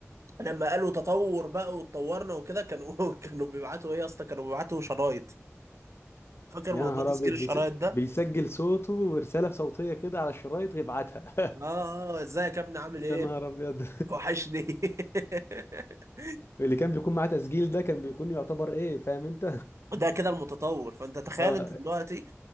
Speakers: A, on the right; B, on the left.
A: لما قالوا تطور بقى واتطورنا وكده كانوا <laughs> كانوا بيبعتوا إيه يا اسطى كانوا بيبعتوا شرايط فاكر
B: يا
A: موضوع
B: نهار
A: تسجيل
B: ابيض
A: الشرايط
B: بيس...
A: ده؟
B: بيسجل صوته ورساله صوتيه كده على الشرايط ويبعتها
A: آه آه إزيك يا ابني
B: <laughs>
A: عامل إيه؟
B: يا نهار ابيض
A: وحشني <laughs>
B: <laughs> اللي كان بيكون معاه تسجيل ده كان بيكون يعتبر ايه فاهم انت
A: ده كده المتطور فانت تخيل
B: اه
A: انت دلوقتي